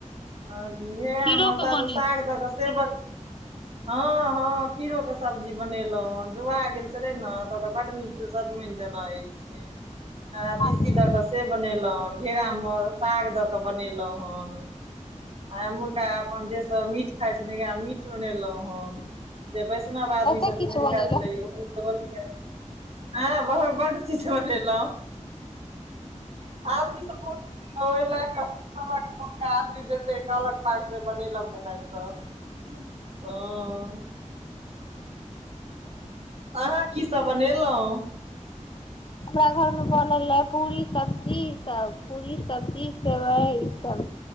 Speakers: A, on the right (about 55°); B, on the left (about 40°).
A: हऽ घेरा
B: खीरो
A: में
B: के
A: साइद
B: बनै
A: साग दऽ कऽ से बनल हँ हँ खीरो कऽ सब्जी बनेलौ हन जुआ गेल छेलै न तऽ ओकर बड्ड नीक सजमैन जेना होइ छै हँ
B: छै
A: तीसी
B: अच्छा
A: दऽ क से बनेलौ घेरा महक साग दऽ के बनेलौं हन आ एम्हुरका अपन जे सब मीट खाइ छै तेकरा लै मीट बनेलौं हन जे वैष्णव आदमी
B: बहुते
A: सब
B: किछु
A: छथिन हिनका
B: बनेल
A: सब लै ओकै ओल के <unintelligible> बहुत बड्ड चीज बनेलौं आदमी सब ओह लए क ज <unintelligible> कहलक पायसँ बनेलक सब हंँ आहाँ की सब बनेलौं
B: हमरा घर मे बनल ए पूरी सब्जी ई सब पूरी सब्जी सेवई ई सब